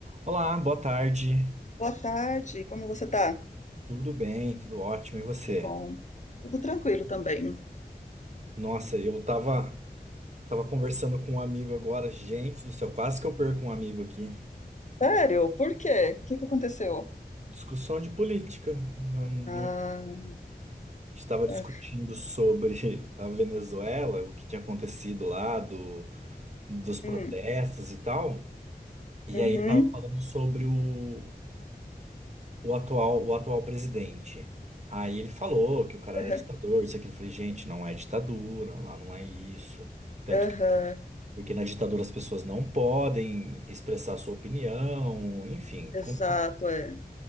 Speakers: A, on the right (about 45°); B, on the left (about 45°).
A: Olá, boa tarde.
B: Boa tarde, como você tá?
A: Tudo bem, tudo ótimo. E você?
B: Ah, Que bom. Tudo tranquilo também.
A: Nossa, eu tava, tava conversando com um amigo agora. Gente do céu, quase que eu perco um amigo aqui.
B: Sério? Por quê? O que que aconteceu?
A: Discussão de política. Hum,
B: Ah,
A: não- Estava discutindo
B: ah,
A: sobre <laughs> a Venezuela, o que tinha acontecido lá, do, dos protestos
B: hum,
A: e tal. E
B: uhum,
A: aí ele tava falando sobre o, o atual, o atual presidente. Aí ele falou que o cara era
B: aham,
A: ditador, isso e aquilo. Eu falei, gente, não é ditadura, lá não é isso. Tanto
B: aham,
A: Porque na ditadura as pessoas não podem expressar sua opinião, enfim,
B: exato,
A: contém,
B: é.